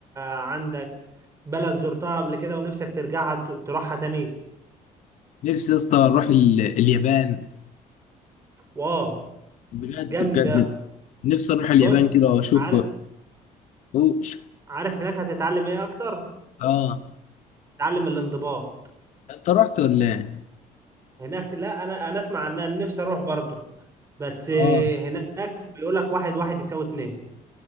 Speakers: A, on the right; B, on the left.
A: عندك بلد زرتها قبل كده ونفسك ترجعها ت- تروحها تاني
B: نفسي يا اسطى اروح ال- اليابان
A: واو
B: بجد
A: جامدة
B: بجد نفسي اروح اليابان
A: بص
B: كده واشوف
A: عارف
B: وش-
A: عارف هناك هتتعلم ايه اكتر
B: اه
A: تعلم الانضباط
B: انت رحت ولا ايه؟
A: هناك لا انا انا اسمع عنها نفسي اروح برضو بس
B: اه
A: هناك بيقول لك واحد واحد يساوي اتنين